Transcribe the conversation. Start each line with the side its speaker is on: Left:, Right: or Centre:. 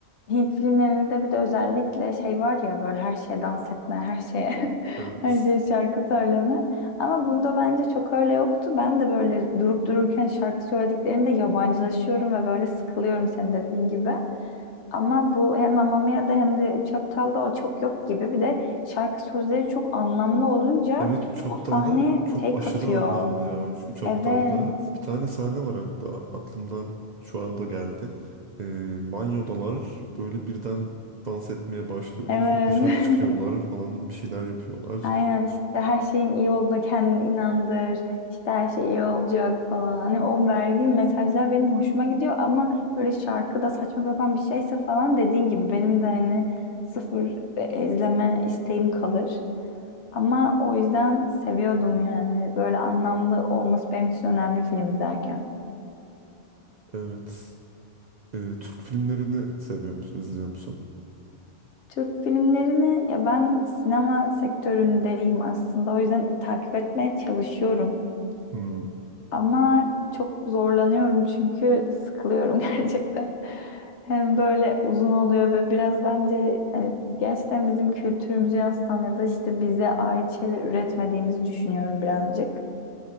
Left: Hint filmlerinde bir de özellikle şey var ya böyle her şeye dans etme her şeye <laughs>
Right: Evet.
Left: her şeye şarkı söyleme ama bunda bence çok öyle yoktu. Ben de böyle durup dururken şarkı söylediklerinde yabancılaşıyorum ve böyle sıkılıyorum senin dediğin gibi. Ama bu hem Amamiya'da hem de Üç Aptal'da o çok yok gibi. Bir de şarkı sözleri çok anlamlı olunca
Right: Evet Üç Aptal'da
Left: o sahne
Right: çok
Left: şey
Right: aşırı
Left: katıyor.
Right: anlamlı ya Üç, Üç Aptal'da.
Left: Evet,
Right: Bir tane sahne var hatta aklımdan şu anda geldi. Ee, banyodalar böyle birden dans etmeye başlıyorlar.
Left: evet.
Right: Sonra dışarı çıkıyorlar
Left: <laughs>
Right: falan bir şeyler yapıyorlar.
Left: Aynen işte her şeyin iyi olduğuna kendini inandır. İşte her şey iyi olacak falan. Hani o verdiğim mesajlar benim hoşuma gidiyor ama böyle şarkıda saçma sapan bir şeyse falan dediğin gibi benim de hani sıfır e, izleme isteğim kalır. Ama o yüzden seviyordum yani. Böyle anlamlı olması benim için önemli film izlerken.
Right: Evet. Ee, Türk filmlerini seviyor musun, izliyor musun?
Left: Türk filmlerini ya ben sinema sektöründeyim aslında. O yüzden takip etmeye çalışıyorum.
Right: Hmm.
Left: Ama çok zorlanıyorum çünkü sıkılıyorum <laughs> gerçekten. Hem böyle uzun oluyor ve biraz bence hani gerçekten bizim kültürümüzü yansıtan ya da işte bize ait şeyler üretmediğimizi düşünüyorum birazcık.